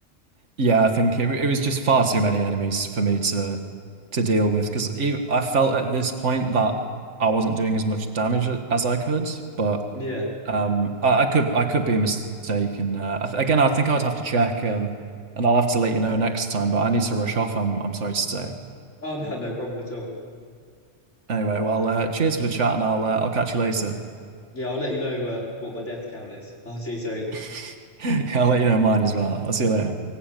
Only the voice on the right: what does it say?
Yeah, I think it it was just far too many enemies for me to to deal with because I felt at this point that I wasn't doing as much damage as I could, but.
Um, I, I could I could be mistaken. Uh, I th again, I think I'd have to check, um, and I'll have to let you know next time. But I need to rush off. I'm I'm sorry to say.
Anyway, well, uh, cheers for the chat, and I'll uh, I'll catch you later.
<laughs> I'll let you know mine as well. I'll see you later.